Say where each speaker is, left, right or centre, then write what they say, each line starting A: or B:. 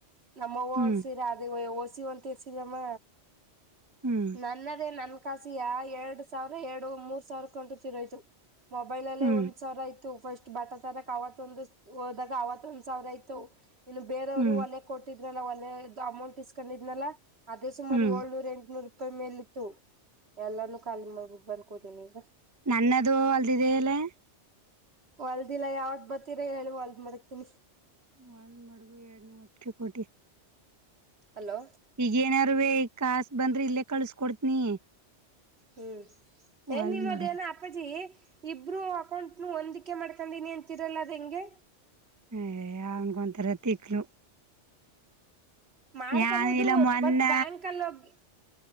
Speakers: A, on the right (about 60°); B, on the right (about 20°).
A: ನಮ್ಮ ಅವ್ವ
B: ಹ್ಮ್
A: ಅವ್ರ ಸೀರೆ ಅದ ಓಸ ಒಂತರ್ಸಿದಮ್ಮ.
B: ಹ್ಮ್,
A: ನನ್ನದೇ ನನ್ ಕಾಸಿ ಎರಡ್ ಸಾವಿರ ಎರಡು ಮೂರ್ ಸಾವಿರ ಕಂಟ ತಿರೋಯ್ತು. ಮೊಬೈಲ್ ಅಲ್ಲೇ
B: ಹ್ಮ್
A: ಒಂದ್ಸಾವಿರ
B: ಹ್ಮ್
A: ಆಯ್ತು ಫಸ್ಟ್ ಬಟ್ಟೆ ತರಕ್ ಅವತ್ ಒಂದು ಹೋದಾಗ ಅವತ್ತ ಒಂದ್ ಸಾವಿರ ಆಯತು. ಇನ್ನು ಬೇರೆಯವರು
B: ಹ್ಮ್
A: ಒಲೆ ಕೊಟ್ಟಿದ್ನ ಒಲೇದ ಅಮೌಂಟ್ ಇಸ್ಕೊಂಡಿದನ ಅದೇ ಸುಮಾರು
B: ಹ್ಮ್
A: ಏಳ್ನೂರ, ಎಂಟುನೂರು ಪಾಯಿ <unintelligible> ಮೇಲಿ ಇತ್ತು ಎಲ್ಲಾನು ಕಾಲಿ ಮಾಡ್ಬಿಟ್ಟು ಬಂದ್ಕೋತೀನಿ ಈಗ.
B: ನನ್ನದು ಒಂದು ಇದೇ ಅಲ್ಲೇ
A: ಹೊಲ್ದಿಲ್ಲ ಯಾವಗ್ ಬರ್ತೀರ ಹೇಳಿ ಹೊಲ್ದ್ ಮಡಗತಿನಿ.
B: ಒಲ್ ಮಡಗು ಎರಡುನೂರು ಅಟ್ಕ್ಕೆ ಕೋಟಿ <unintelligible> <inaudible>
A: ಹಲೋ,
B: ಈಗೇಏನಾರೇ ಈ ಕಾಸ ಬಂದ್ರಿ ಇಲ್ಲೇ ಕಳ್ಸ್ಕ ಕೊಡ್ತೀನಿ.
A: ಹ್ಮ್,
B: ಒಲ್ದ್
A: ಏನ್ ನಿಮ್ಮದೇನ
B: ಮಡಗು
A: ಹತ್ ಅಪಾಜಿ ಇಬ್ರು ಅಕೌಂಟ್ನು ಹೊಂದಿಕೆ ಮಾಡ್ಕೊಂಡೀನಿ ಅಂತಿರಲ್ಲ ಅದ ಹೆಂಗೆ.,
B: ಹ ಅವನಗೊ ಒಂಥರ ತಿಕ್ಲು.
A: ಮಾಡ್ಕೊಬೋದು
B: ಯಾನ್ ಇಲ್ಲ ಮೊನ್ನ
A: ಬಟ್ ಬ್ಯಾಂಕ್ ಅಲ್ಲೊಗಿ